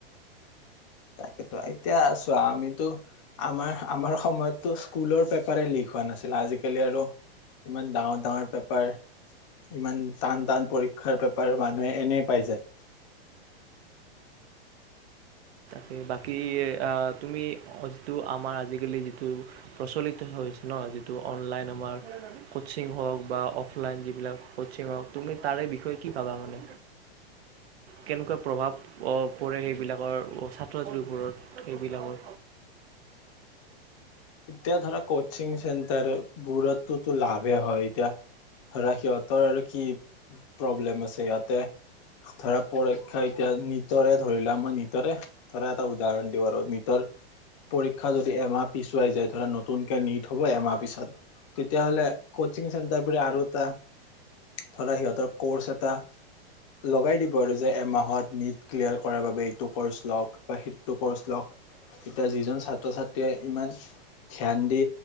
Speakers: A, on the left (about 30°); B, on the right (about 75°).
A: তাকেতো এতিয়া চোৱা, আমিতো আমাৰ আমাৰ সময়ততো স্কুলৰ পেপাৰে লিক হোৱা নাছিল। আজিকালি আৰু ইমান ডাঙৰ, ডাঙৰ পেপাৰ ইমান টান-টান পৰীক্ষাৰ পেপাৰ মানুহে এনে পাই যায়।
B: হে বাকী, অ', তুমি যিটো আমাৰ আজিকালি যিটো প্ৰচলিত হৈছে ন, যিটো অনলাইন আমাৰ কচিং হওক বা অফলাইন যিবিলাক কচিং হওক, তুমি তাৰে বিষয়ে কি ভাবা? মানে, কেনেকুৱা প্ৰভাৱ পৰে সেইবিলাকৰ ক <unintelligible> পোৰত সেইবিলাকৰ
A: এতিয়া ধৰা, কচিং চেণ্টাৰবোৰটোটো লাভে হয় এতিয়া ধৰা সিহঁতৰ আৰু কি প্ৰব্লেম আছে ইয়াতে হঠাৎ পৰীক্ষা এতিয়া নিতৰে ধৰিলা, মই নিতৰে ধৰা এটা উদাহৰণ দিওঁ। আৰু নিটৰ পৰীক্ষা যদি এমাহ পিছ তিয়াই যায়, ধৰা নতুনকৈ নিট হব এমাহ পিছত তেতিয়াহ'লে কচিং চেণ্টাৰবোৰে আৰু এটা, ধৰা, সিহঁতৰ ক'ৰ্চ এটা লগাই দিব, আৰু ক'ব যে, এমাহত নিট ক্লিয়াৰ কৰাৰ বাবে এইটো ক'ৰ্চ লওক বা সেইটো ক'ৰ্চ লওক। এতিয়া যিজন ছাত্ৰ-ছাত্ৰীয়ে ইমান ধ্যান দি